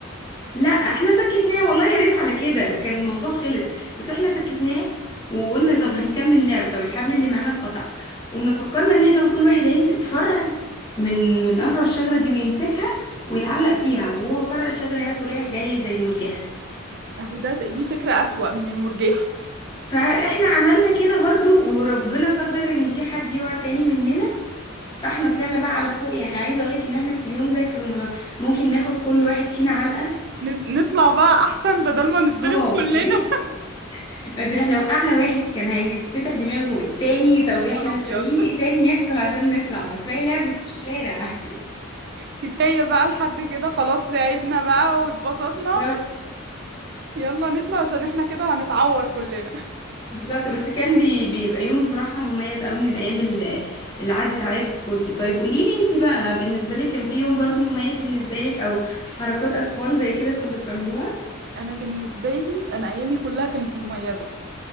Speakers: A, on the left; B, on the right.
A: لا احنا سكتناه والله يا ريت على كده كان الموضوع خلص بس احنا سكتناه وقلنا طب هنكمل لعب طب الحبل اللي معانا اتقطع قمنا فكرنا ان احنا كل واحد هيمسك فرع من من افرع الشجره دي ويمسكها ويتعلق فيها وهو فرع الشجره هياخده رايح جاي زي المرجحه
B: اهو ده دي فكرة أسوأ من المرجحة
A: فاحنا عملنا كده برضو وربنا قدر ان في حد يقع تاني مننا فاحنا طلعنا بقى على فوق يعني عايزه اقولك ان احنا في اليوم ده كنا ممكن ناخد كل واحد فينا علقه
B: ن- نطلع بقى احسن بدل ما نتضرب
A: اه
B: كلنا
A: <laughs> بعدين احنا وقعنا واحد كان هيتفتح دماغه والتاني
B: <laughs>
A: طب
B: يا نهار
A: احنا مستنيين
B: ابيض
A: ايه تاني يحصل عشان نطلع ما كفايه لعب في الشارع
B: كفاية بقى لحد كده خلاص لعبنا بقى واتبسطنا
A: <laughs> بالظبط
B: يلا نطلع عشان احنا كده هنتعور كلنا
A: بالظبط. بس كان بي بيبقى يوم بصراحه مميز قوي من الايام اللي, اللي عدت عليا في طفولتي طيب قولي لي انت بقى بالنسبه لك كان في يوم برضو مميز بالنسبه لك او حركات اطفال زي كده كنتوا بتعملوها
B: انا بالنسبة لي انا ايامي كلها كانت مميزة